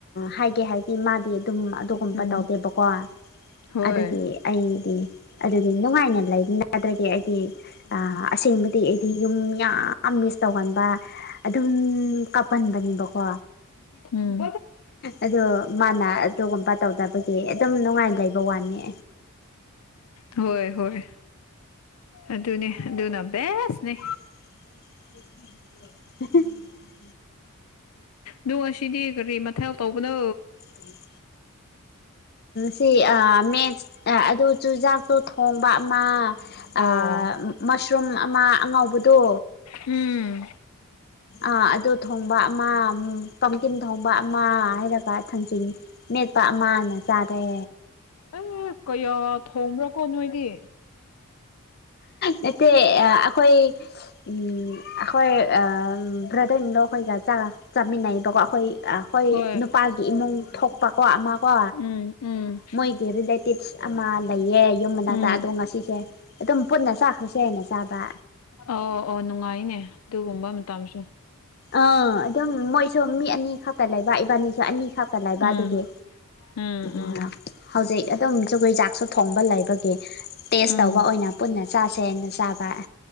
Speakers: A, on the left; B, on the left.
A: ꯍꯥꯏꯒꯦ ꯍꯥꯏꯗꯤ ꯃꯥꯗꯤ ꯑꯗꯨꯝ ꯑꯗꯨꯒꯨꯝꯕ
B: ꯎꯝ
A: ꯇꯧꯗꯦꯕꯀꯣ
B: ꯍꯣꯏ
A: ꯑꯗꯨꯒꯤ ꯑꯩꯗꯤ ꯑꯗꯨꯒꯤ ꯅꯨꯡꯉꯥꯏꯅ ꯂꯩꯕ ꯅꯠꯇ꯭ꯔꯒꯦ ꯑꯩꯗꯤ ꯑꯁꯦꯡꯕꯗꯤ ꯑꯩꯗꯤ ꯌꯨꯝ ꯌꯥꯝ ꯃꯤꯁ ꯇꯧꯒꯟꯕ ꯑꯗꯨꯝ ꯀꯥꯞꯀꯟꯕꯅꯦꯕꯀꯣ
B: ꯎꯝ
A: ꯑꯗꯣ ꯃꯥꯅ ꯑꯗꯨꯒꯨꯝꯕ ꯇꯧꯗꯕꯒꯤ ꯑꯗꯨꯝ ꯅꯨꯡꯉꯥꯏꯅ ꯂꯩꯕ ꯋꯥꯅꯤ
B: ꯍꯣꯏ ꯍꯣꯏ ꯑꯗꯨꯅꯤ ꯑꯗꯨꯅ ꯕꯦꯁꯅꯦ
A: <inaudible> <inaudible>
B: ꯅꯣꯡ ꯑꯁꯤꯗꯤ ꯀꯔꯤ ꯃꯊꯦꯜ ꯇꯧꯕꯅꯣ
A: ꯎꯝ <unintelligible> ꯁꯤ ꯑ ꯃꯦꯁ ꯑꯗꯨ ꯆꯨꯖꯥꯛꯇꯣ ꯊꯣꯡꯕ ꯑꯃ ꯑꯥ
B: ꯑꯣ
A: ꯃꯁꯔꯨꯝ ꯑꯃ ꯑꯉꯧꯕꯗꯣ
B: ꯎꯝ
A: ꯑꯥ ꯑꯗꯨ ꯊꯣꯡꯕ ꯑꯃ ꯄꯝꯀꯤꯝ ꯊꯣꯡꯕ ꯑꯃ ꯍꯥꯏꯔꯒ ꯊꯥꯡꯖꯤꯡ ꯃꯦꯠꯄ ꯑꯃꯅ ꯆꯥꯔꯦ
B: ꯑꯦ ꯀꯌꯥ ꯊꯣꯡꯕ꯭ꯔꯥꯀꯣ ꯅꯣꯏꯗꯤ
A: ꯅꯠꯇꯦ ꯑ ꯑꯩꯈꯣꯏ ꯎꯝ ꯑꯩꯈꯣꯏ ꯑ ꯕ꯭ꯔꯗꯔ ꯏꯟꯂꯣꯈꯣꯏꯒ ꯆꯥꯛ ꯆꯥꯃꯤꯟꯅꯩꯕꯀꯣ ꯑꯩꯈꯣꯏ ꯑ ꯑꯩꯈꯣꯏ
B: ꯍꯣꯏ
A: ꯅꯨꯄꯥꯒꯤ ꯏꯃꯨꯡ ꯊꯣꯛꯄꯀꯣ ꯑꯃ ꯀꯣ
B: ꯎꯝ ꯎꯝ
A: ꯃꯣꯏꯒꯤ ꯔꯤꯂꯦꯇꯤꯞꯁ ꯑꯃ ꯂꯩꯌꯦ ꯌꯨꯝ ꯃꯅꯥꯛꯇ
B: ꯎꯝ
A: ꯑꯗꯣ ꯉꯁꯤꯁꯦ ꯑꯗꯨꯝ ꯄꯨꯟꯅ ꯆꯥꯈ꯭ꯔꯁꯦ ꯍꯥꯏꯅ ꯆꯥꯕ
B: ꯑꯥꯎ ꯑꯣ ꯅꯨꯡꯉꯥꯏꯅꯦ ꯑꯗꯨꯒꯨꯝꯕ ꯃꯇꯝꯁꯨ
A: ꯑꯥ ꯑꯗꯨꯝ ꯃꯣꯏꯁꯨ ꯃꯤ ꯑꯅꯤ ꯈꯛꯇ ꯂꯩꯕ ꯏꯕꯥꯅꯤꯁꯨ ꯑꯅꯤ ꯈꯛꯇ ꯂꯩꯕ
B: ꯎꯝ
A: ꯑꯗꯨꯒꯤ
B: ꯎꯝ ꯎꯝ
A: ꯎ ꯍꯧꯖꯤꯛ ꯑꯗꯨꯝ ꯖꯨꯒꯣꯏꯖꯥꯛꯁꯨ ꯊꯣꯡꯕ ꯂꯩꯕꯒꯤ ꯇꯦꯁ
B: ꯎꯝ
A: ꯇꯧꯕ ꯑꯣꯏꯅ ꯄꯨꯟꯅ ꯆꯥꯁꯦꯅ ꯆꯥꯕ